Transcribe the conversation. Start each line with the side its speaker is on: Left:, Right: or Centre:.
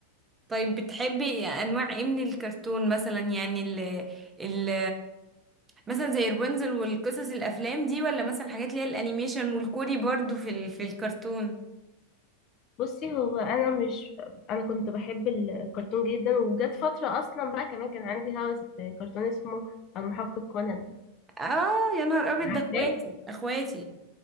Right: طيب بتحبي انواع ايه من الكرتون مثلا يعني ال... ال... مثلا زي رابنزل والقصص الافلام دي ولا مثلا حاجات اللي هي الانيميشن والكوري برضو في ال... في الكرتون
Left: بصي هو انا مش انا كنت بحب الكرتون جدا وجت فتره اصلا بقى كمان كان عندي هوس بكرتون اسمه المحقق كونان
Right: اه يا نهار ابيض ده
Left: عارفاه
Right: اخواتي اخواتي